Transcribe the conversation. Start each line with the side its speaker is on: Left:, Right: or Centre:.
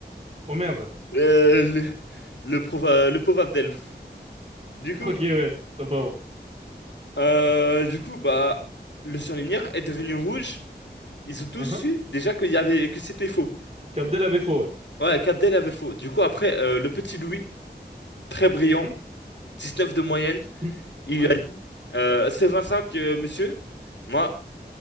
Right: Oh merde.
Left: Euh, le, le, pauvre- le pauvre Abdel. Du coup,
Right: Ok, ouais. Pas pauvre.
Left: euh, du coup, bah, le surligneur est devenu rouge. Ils ont tous
Right: Mhm.
Left: su déjà qu'il y avait, que c'était faux.
Right: Capdel a ouais.
Left: Ouais, qu'Abdel avait faux. Du coup, après, euh, le petit Louis, très brillant,
Right: Hum, hum.
Left: 19 de moyenne,
Right: Hmm.
Left: il
Right: Ouais.
Left: lui a dit, euh, c'est 25, euh, monsieur. Moi,